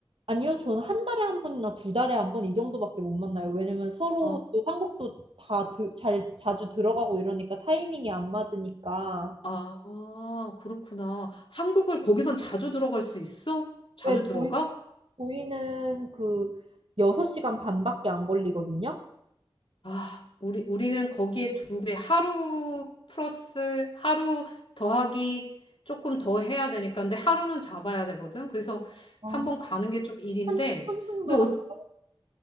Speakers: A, on the right (about 70°); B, on the left (about 65°).
A: 아니요, 저는 한 달에 한 번이나 두 달에 한 번 이 정도밖에 못 만나요. 왜냐면 서로
B: 아,
A: 또 한국도 다 드, 잘 자주 들어가고 이러니까 타이밍이 안 맞으니까.
B: 아, 그렇구나. 한국을 거기선 자주 들어갈 수 있어? 자주
A: 네,
B: 들어가?
A: 저희, 저희는 그 6시간 반밖에 안 걸리거든요.
B: 아, 우리, 우리는 거기에 두 배, 하루 플러스, 하루 더하기 조금 더 해야 되니까. 근데 하루는 잡아야 되거든. 그래서
A: 어,
B: 한 번 가는 게 좀 일인데.
A: 한, 한승도
B: 근데,
A: 하니까.
B: 어,